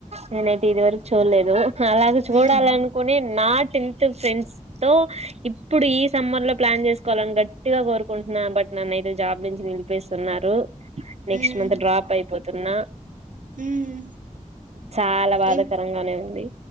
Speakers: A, on the right; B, on the right.
A: నేనైతే ఇది వరకు చూడలేదు అలాగ చూడాలనుకుని
B: హ్మ్.
A: నాటి ఫ్రెండ్స్ తో ఇప్పుడు ఈ సమ్మర్ లో ప్లాన్ చేసుకోవాలని గట్టిగా కోరుకుంటున్నా బట్ నన్న జాబ్ నుంచి నిలిపిేస్తున్నారు
B: హ్మ్.
A: నెక్స్ట్ మంత్ డ్రాప్ అయిపోతున్నా
B: హ్మ్.
A: చాలా బాధాకరంగానే
B: ఏం
A: ఉంది